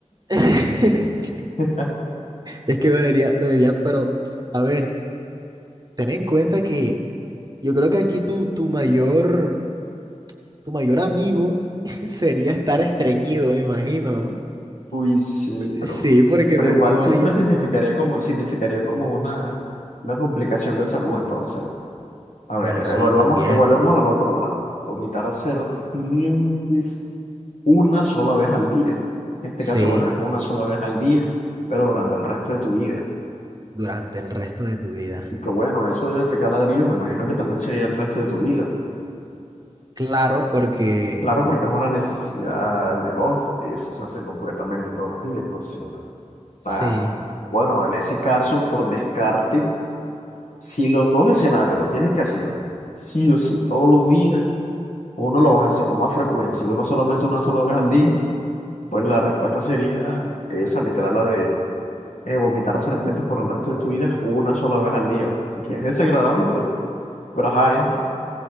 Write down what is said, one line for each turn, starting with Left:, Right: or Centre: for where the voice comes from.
Right: <laughs>
Left: <laughs>
Right: Es que dolería, dolería, pero a ver, ten en cuenta que yo creo que aquí tu, tu mayor, tu mayor amigo <laughs> sería estar estreñido, me imagino.
Left: Uy, sí,
Right: ¿no?
Left: pero,
Right: Sí, porque
Left: pero
Right: no,
Left: igual
Right: no
Left: siempre
Right: harías.
Left: significaría como, significaría como una, una complicación de salud, entonces. A ver,
Right: Bueno, sí,
Left: evaluamos,
Right: también.
Left: evaluemos al otro lado. Vomitar serpientes una sola vez al día. En este caso,
Right: Sí,
Left: bueno, es una sola vez al día, pero durante el resto de tu vida.
Right: durante el resto de tu vida.
Left: Y que bueno, eso de defecar ladrillos, me imagino que también sería el resto de tu vida.
Right: Claro, porque
Left: Claro, porque es una necesidad biológica, y eso se hace completamente todos los días, entonces,
Right: sí,
Left: nada. Bueno, en ese caso, por descarte, si los dos escenarios lo tienes que hacer, sí o sí, todos los días, uno lo vas a hacer con más frecuencia y uno solamente una sola vez al día, pues la respuesta sería esa, literal, la de eh, vomitar serpientes por el resto de tu vida una sola vez al día. Y Que es desagradable, pero, pero ajá, entra.